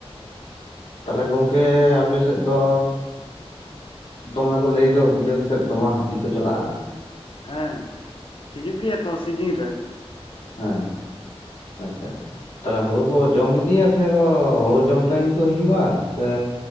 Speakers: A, on the left (about 75°); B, on the left (about 55°).
A: ᱛᱟᱦᱞᱮ ᱜᱚᱝᱠᱮ ᱟᱯᱮ ᱥᱮᱫ ᱫᱚ ᱫᱚᱢᱮ ᱠᱚ ᱞᱟᱹᱭ ᱫᱚ ᱵᱤᱞᱟᱹᱛ ᱥᱮᱫ ᱫᱚᱢᱮ ᱦᱟᱹᱛᱤ ᱠᱚ ᱪᱟᱞᱟᱜ-ᱟ᱾
B: ᱦᱮᱸ, ᱦᱤᱡᱩᱜ ᱜᱮᱭᱟ ᱠᱚ ᱥᱤᱡᱤᱱ ᱨᱮ᱾
A: ᱦᱮᱸ, ᱟᱪᱪᱷᱟ᱾ ᱛᱟᱦᱞᱮ ᱦᱳᱲᱳ ᱠᱚ ᱡᱚᱢ ᱤᱫᱤᱭᱟ ᱥᱮ ᱠᱚ ᱦᱳᱲᱳ ᱡᱚᱢ ᱴᱟᱭᱤᱢ ᱠᱚ ᱦᱤᱡᱩᱜ-ᱟ ᱥᱮ